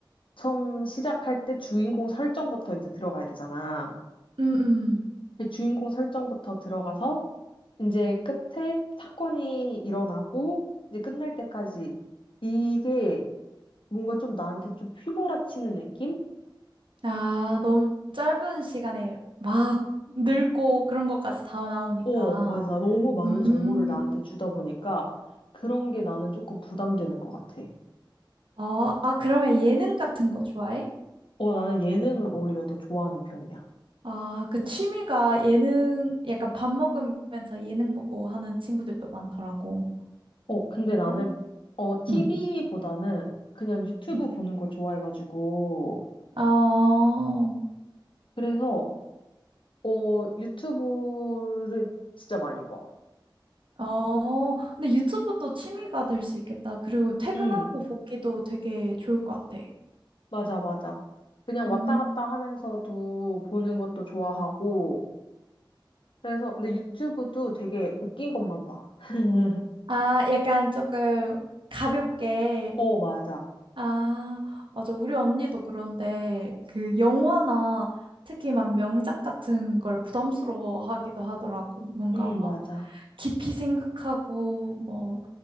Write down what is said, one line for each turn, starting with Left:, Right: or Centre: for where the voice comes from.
Left: 처음 시작할 때 주인공 설정부터 이제 들어가야 되잖아.
Right: 음, 음.
Left: 그 주인공 설정부터 들어가서 이제 끝에 사건이 일어나고 이제 끝날 때까지 이게 뭔가 좀 나한테 좀 휘몰아치는 느낌?
Right: 아, 너무 짧은 시간에 막 늙고 그런 것까지 다 나오니까.
Left: 어, 맞아. 너무 많은
Right: 음,
Left: 정보를 나한테 주다 보니까 그런 게 나는 조금 부담되는 것 같아.
Right: 어, 아, 그러면 예능 같은 거 좋아해?
Left: 어, 나는 예능을 오히려 더 좋아하는 편이야.
Right: 아, 그 취미가 예능, 약간 밥 먹으면서 예능 보고 하는 친구들도 많더라고.
Left: 어, 근데 나는,
Right: 어?
Left: 어, TV보다는
Right: 응.
Left: 그냥 유튜브
Right: 응.
Left: 보는 걸 좋아해가지고.
Right: 어,
Left: 그래서, 어, 유튜브를 진짜 많이 봐.
Right: 어, 근데 유튜브도 취미가 될 수 있겠다. 그리고 퇴근하고
Left: 응,
Right: 보기도 되게 좋을 것 같아.
Left: 맞아, 맞아. 그냥
Right: 음.
Left: 왔다 갔다 하면서도 보는 것도 좋아하고. 그래서, 근데 유튜브도 되게 웃긴 것만 봐. <laughs>
Right: 아, 약간 조금 가볍게
Left: 어, 맞아.
Right: 아, 맞아. 우리 언니도 그런데 그 영화나 특히 막 명작 같은 걸 부담스러워 하기도 하더라고. 뭔가
Left: 응,
Right: 막
Left: 맞아.
Right: 깊이 생각하고 뭐